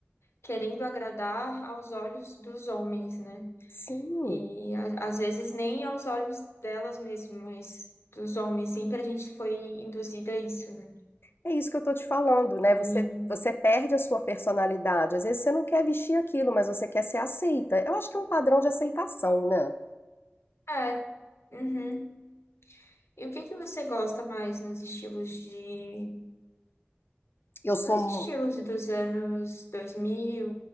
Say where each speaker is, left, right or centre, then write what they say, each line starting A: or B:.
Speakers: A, on the left; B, on the left.
A: querendo agradar aos olhos dos homens, né?
B: Sim.
A: E a- às vezes nem aos olhos delas mesmo, mas dos homens. Sempre a gente foi induzida a isso, né?
B: É isso que eu tô te falando, né?
A: E
B: Você, você perde a sua personalidade. Às vezes você não quer vestir aquilo, mas você quer ser aceita. Eu acho que é um padrão de aceitação, né?
A: é, uhum. E o que que você gosta mais nos estilos de
B: Eu sou,
A: nos
B: mu-
A: estilos dos anos dois mil,